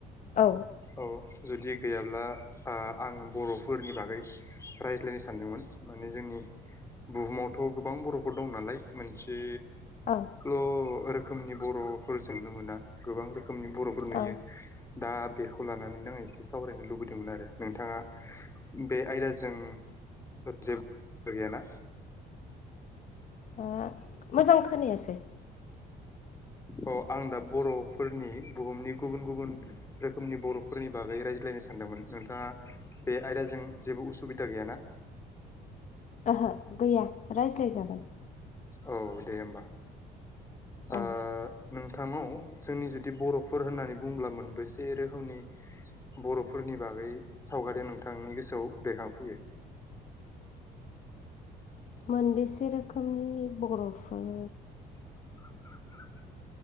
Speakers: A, on the left; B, on the left.
A: औ
B: औ जुदि गैयाब्ला आ आङो बरफोरनि बागै रायज्लायनो सानदोंमोन माने जोंनि बुहुमावथ गोबां बरफोर दं नालाय मोनसे
A: औ
B: ल रोखोमनि बरफोरजोंनो मोना गोबां रोखोम रोखोमनि बरफोर नुयो
A: औ
B: दा बेखौ लानानैनो आं एसे सावरायनो लुबैदोंमोन आरो नोंथाङा बे आयदाजों जेबो गैयाना
A: ओ मोजां खोनायासै
B: अ आं दा बरफोरनि बुहुमनि गुबुन गुबुन रोखोमनि बरफोरनि बागै रायज्लायनो सानदोंमोन। नोंथाङा बे आयदाजों जेबो उसुबिदा गैयाना
A: ओहो गैया रायज्लाय जागोन
B: औ दे होमबा ओ
A: औ
B: नोंसिनि साथामाव जोंनि जुदि बरफोर होननानै बुंङब्ला मोनबेसे रोखोमनि बरफोरनि बागै सावगारिया नोंथांनि गोसोआव बेरखांफैयो <inaudible>
A: मोनबेसे रोखोमनि बरफोर
B: <inaudible>